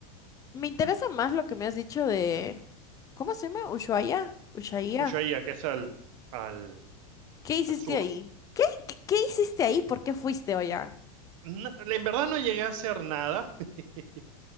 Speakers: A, on the left; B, on the right.
A: Me interesa más lo que me has dicho de, ¿cómo se llama? Ushuaia, Ushuaia.
B: Ushuaia, que es al, al,
A: ¿Qué hiciste
B: al sur.
A: ahí? ¿Qué, qué, qué hiciste ahí? ¿Por qué fuiste, allá?
B: No, en verdad no llegué a hacer nada <laughs>